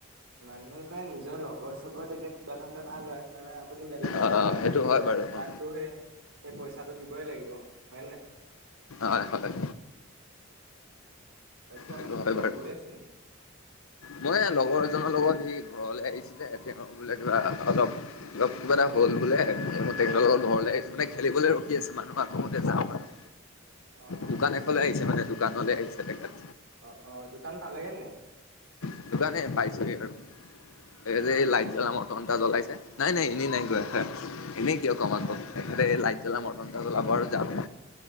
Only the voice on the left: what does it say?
অ
সেইটো
হয় বাৰু অ
হয়, হয়।
সেইটো
হয় বাৰু
মই লগৰ এজনৰ লগত, সি ঘৰলৈ আহিছিলে, এ, বোলে কিবা অলপ কিবা এটা হ'ল বোলে, তেখেতৰ লগত ঘৰলে, আহিছোঁ। মানে, খেলিবলৈ ৰখি আছে, মানুহ আকৌ মানে, যাওঁ মানে।
দোকান এখনলে
আহিছে মানে, দোকানলৈ আহিছে তেখেত।
সেইটো কাৰণে, পাইছোগে আৰু। এই
যে,
এই লাইট
জ্বলা ঘণ্টা জ্বলাইছে। নাই, নাই, এনেই নাই কোৱা, এনেই কিয় কম আকৌ!
<unintelligible>
জ্বলাব আৰু যাম।